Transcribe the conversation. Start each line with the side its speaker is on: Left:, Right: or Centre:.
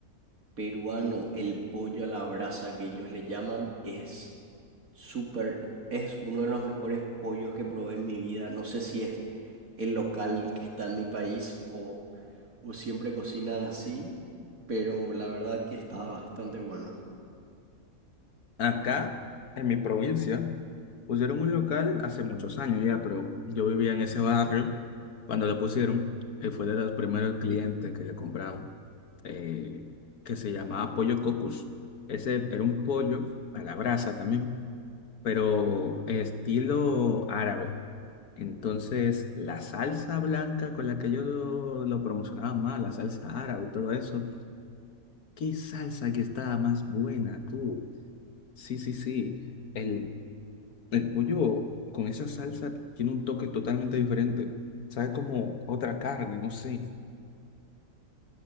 Right: peruano, el pollo a la brasa que ellos le llaman, es súper, es uno de los mejores pollos que probé en mi vida. No sé si es el local que está en mi país o, o siempre cocinan así. pero la verdad que está bastante bueno.
Left: Acá, en mi provincia, pusieron un local hace muchos años ya, pero yo vivía en ese barrio cuando lo pusieron. y fue de los primeros clientes que le compraron, eh, que se llamaba Pollo Cocus. Ese era un pollo a la brasa también, pero estilo árabe. Entonces, la salsa blanca con la que yo lo, lo promocionaba más, la salsa árabe, todo eso, ¿qué salsa que estaba más buena, tú? Sí, sí, sí. El, el pollo con esa salsa tiene un toque totalmente diferente. Sabe como otra carne, no sé.